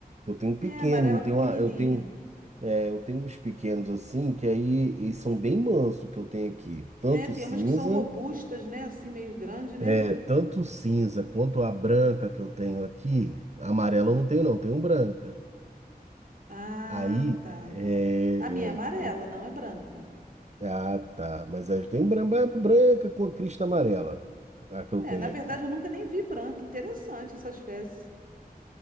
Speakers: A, on the right (about 45°); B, on the right (about 60°).
A: Eu tenho um
B: é
A: pequeno,
B: amarela
A: um
B: pequenininha.
A: tenho uma, eu tenho. É, eu tenho uns pequenos assim, que aí e são bem manso que eu tenho aqui. Tanto
B: É, tem
A: cinza,
B: umas que são robustas, né? Assim, meio grande, né?
A: é, tanto cinza quanto a branca que eu tenho aqui. Amarela eu não tenho, não, tenho branca.
B: Ah,
A: Aí,
B: tá.
A: é,
B: A minha é amarela,
A: é,
B: não é branca.
A: é, ah, tá. Mas aí eu tenho bran- branca com a crista amarela, a que eu
B: É,
A: tenho
B: na verdade
A: aqui.
B: eu nunca nem vi branca. Interessante essa espécie.